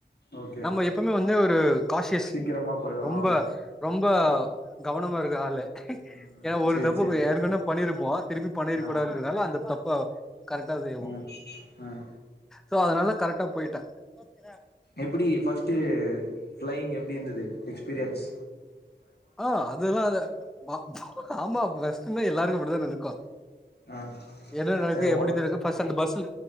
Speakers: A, on the left (about 65°); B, in the centre.
A: ஓகே
B: நம்ம எப்பவுமே வந்து ஒரு காஷியஸ்
A: சீக்கிரமா போயிடு
B: ரொம்ப
A: ஆ
B: பா கவனமா இருக்க ஆலு
A: ம்
B: ஏ ஒரு
A: சேரி
B: தப்பு
A: சேரி
B: பொ ஏற்கனே பண்ணிருப்போ திருப்பி பண்ணிருக்
A: ஆ
B: கூடாதுன்றனால அந்த தப்ப கரெக்டா செய்வோ
A: ம் ம்
B: சோ அதுனால கரெக்டா போயிட் ட்டே
A: எப்பிடி ஃபஸ்ட்டு ஃப்ளையிங் எப்டி இருந்தது எக்ஸ்பிரியன்ஸ்
B: ஆஹ் அதுல்லால ப ஆமா ஃபஸ்ட்டுமே எல்லாருக்கு அப் அப்டிதான இருக்கு
A: ஆ
B: என்ன நடக்கு
A: ஆ
B: எப்டி
A: ஓட
B: திருக்கு ஃபஸ்ட் அந்த பஸ்ல